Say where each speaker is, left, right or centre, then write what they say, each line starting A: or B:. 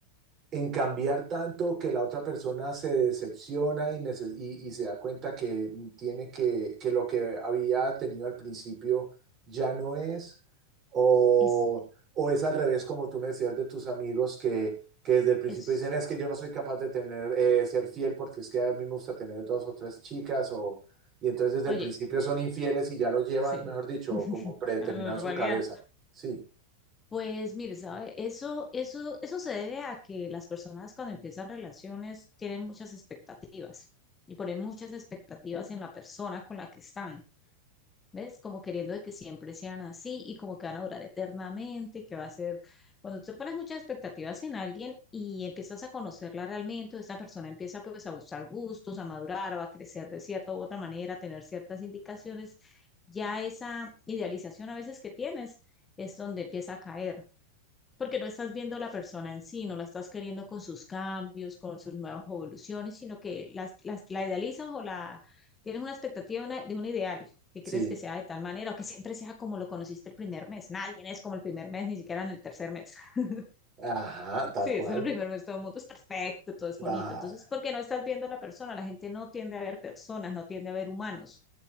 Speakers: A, on the right; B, on the left.
A: en cambiar tanto que la otra persona se decepciona y, nece- y- y se da cuenta que tiene que, que lo que había tenido al principio ya no es, o,
B: Es,
A: o es al revés, como tú me decías de tus amigos que, que desde el principio
B: es,
A: dicen, es que yo no soy capaz de tener, eh, ser fiel porque es que a mí me gusta tener dos o tres chicas, o, y entonces desde
B: oye,
A: el principio son infieles y ya lo llevan,
B: sí.
A: mejor dicho,
B: <laughs>
A: como predeterminado
B: La normalidad.
A: en su cabeza. Sí,
B: Pues mire, sabe, eso, eso, eso se debe a que las personas cuando empiezan relaciones tienen muchas expectativas y ponen muchas expectativas en la persona con la que están. ¿Ves? Como queriendo de que siempre sean así y como que van a durar eternamente, que va a ser, cuando tú pones muchas expectativas en alguien y empiezas a conocerla realmente, o esta persona empieza pues a buscar gustos, a madurar, o a crecer de cierta u otra manera, a tener ciertas indicaciones, ya esa idealización a veces que tienes es donde empieza a caer porque no estás viendo la persona en sí, no la estás queriendo con sus cambios, con sus nuevas evoluciones, sino que las, las, la idealizas o la tienes una expectativa de, una- de un ideal que
A: sí,
B: crees que sea de tal manera o que siempre sea como lo conociste el primer mes. Nadie es como el primer mes, ni siquiera en el tercer mes. <laughs>
A: ajá, tal
B: Sí,
A: cual.
B: es el primer mes, todo el mundo es perfecto, todo es
A: Claro.
B: bonito. Entonces, porque no estás viendo a la persona, la gente no tiende a ver personas, no tiende a ver humanos,